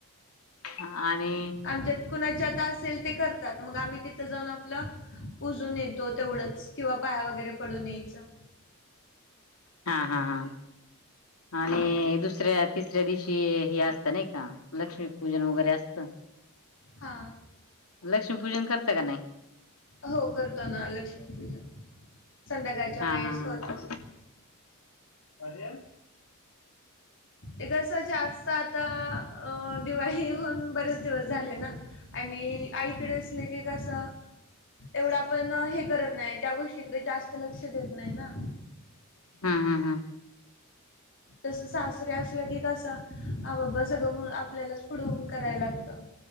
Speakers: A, on the left; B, on the left.
A: ह आणि
B: आमच्यात कुणाची आता असेल ते करतात मग आम्ही तिथं जाऊन आपलं पुूजून येतो. तेवढंच किंवा पाया वगैरे पडून यायचं.
A: हा हा हा. आणि दुसऱ्या तिसऱ्या दिवशी हे असतं नाही का लक्ष्मीपूजन वगैरे असतं. <inaudible>
B: हा.
A: लक्ष्मी पूजन करत का नाही.
B: हो करतो ना लक्ष्मीपूजन संध्याकाळच्या
A: हा
B: वेळेस
A: हा हा.
B: करतो
A: अरे
B: ते कसं जास्त आता अ दिवाळी होन बरेच दिवस झाले ना. आणि आईकडेच ले क कस एवढा पण हे करत नाही त्या गोष्टी तिकडे जास्त लक्ष देत नाही ना.
A: हा हा हा.
B: तसं सासरे असलं की कस हा बाबा सगळं आपल्यालाच पुढं होऊन करायला लागतं.